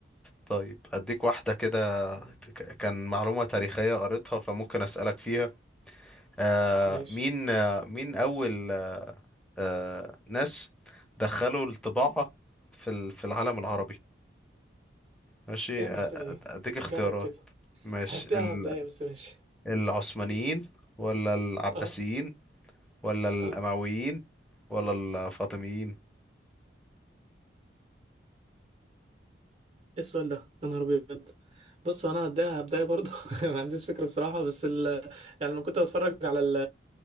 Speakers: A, in the centre; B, on the right.
A: طيب اديك واحدة كده ك- كان معلومة تاريخية قريتها فممكن اسألك فيها آه...
B: ماشي
A: مين آه، مين اول آه، ناس دخلوا الطباعة في ال- في العالم العربي ماشي
B: إيه يا عم
A: آه، آه،
B: الأسئلة دي
A: اديك اختيارات
B: جرب كده
A: ماشي
B: هديها
A: ال-
B: بداية بس ماشي
A: العثمانيين ولا العباسيين
B: اه
A: ولا الأمويين
B: اه
A: ولا الفاطميين
B: ايه السؤال ده يا نهار ابيض بص هو انا هبداها هبداها برضو <laughs> ما عنديش فكره الصراحه بس ال... يعني لما كنت بتفرج على ال...